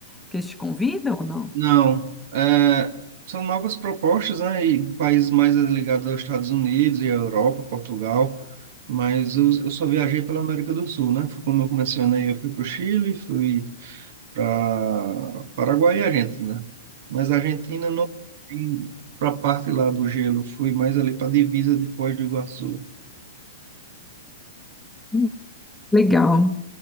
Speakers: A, in the centre; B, on the right.
A: Que eles te convidam ou não?
B: Não, é, são novas propostas, né? E países mais ligados aos Estados Unidos e à Europa, Portugal, mas eu, eu só viajei pela América do Sul, né? Foi Como eu mencionei, eu fui para o Chile, fui para Paraguai e Argentina. Mas a Argentina não fui para a parte lá do gelo, fui mais ali para a divisa de Foz do Iguaçu.
A: Hum. Legal.